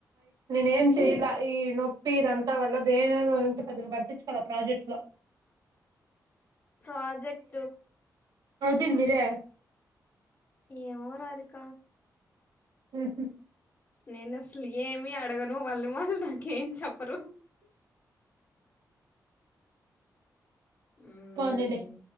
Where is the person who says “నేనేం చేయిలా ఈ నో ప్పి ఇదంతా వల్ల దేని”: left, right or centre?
Right